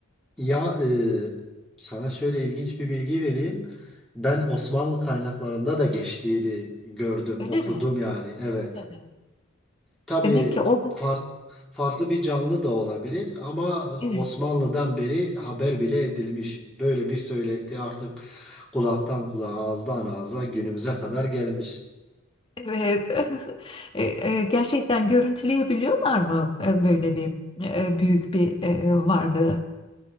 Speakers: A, in the centre; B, on the left.
A: Ya e, sana şöyle ilginç bir bilgi vereyim. Ben Osmanlı kaynaklarında da geçtiğini gördüm,
B: Öyle
A: okudum
B: mi?
A: yani. Evet.
B: Hani
A: Tabii
B: Demek ki orada
A: far- farklı bir canlı da olabilir ama Osmanlı'dan
B: evet,
A: beri haber bile edilmiş. Böyle bir söylenti artık kulaktan kulağa, ağızdan ağza günümüze kadar gelmiş.
B: evet. <laughs> E, e, gerçekten görüntüleyebiliyorlar mı e, böyle bir e, büyük bir e, varlığı?